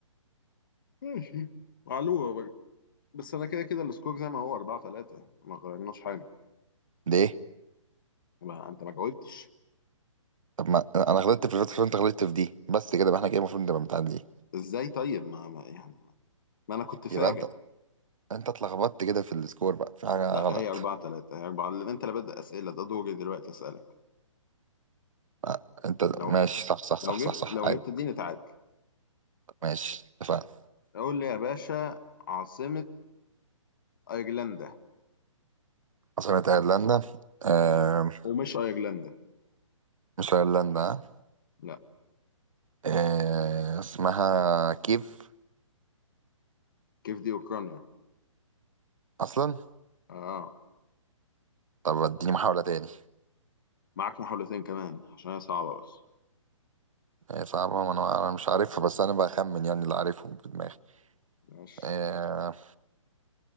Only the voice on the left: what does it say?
ماشي معلومة بجد بس أنا كده كده السكور زي ما هو 4 3 ما غيرناش حاجة
ما أنت ما جاوبتش
إزاي طيب ما ما- يعني ما أنا كنت فاجئ
لا
هي أربعة تلاتة هي أربعة لأن أنت اللي بدأ أسئلة ده دوري دلوقتي أسألك
لو
لو جبت
لو
جبت دي نتعادل
قول لي يا باشا عاصمة أيرلندا
مم. ومش أيرلندا
لا
كيف دي أوكرانيا
آه
معاك محاولتين كمان عشان هي صعبة بس
ماشي